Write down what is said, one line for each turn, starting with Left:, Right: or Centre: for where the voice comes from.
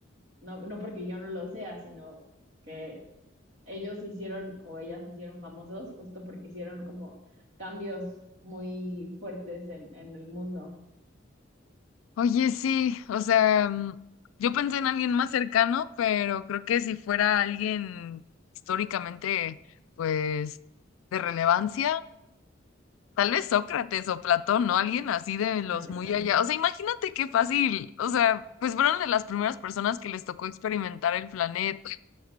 Right: no, no porque yo no lo sea, sino que ellos se hicieron o ellas se hicieron famosos justo porque hicieron como cambios muy fuertes en, en el mundo.
Left: Oye, sí, o sea, mm, yo pensé en alguien más cercano, pero creo que si fuera alguien históricamente, pues, de relevancia, tal vez Sócrates o Platón, ¿no? Alguien así de
Right: Ándale,
Left: los muy
Right: también.
Left: allá. O sea, imagínate qué fácil. O sea, pues fueron de las primeras personas que les tocó experimentar el planeta